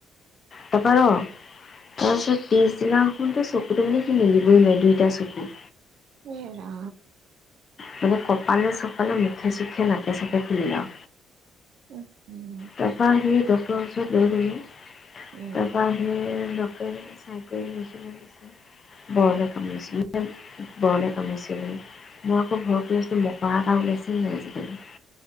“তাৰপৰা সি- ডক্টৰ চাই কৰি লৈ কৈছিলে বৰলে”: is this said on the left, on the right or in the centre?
Left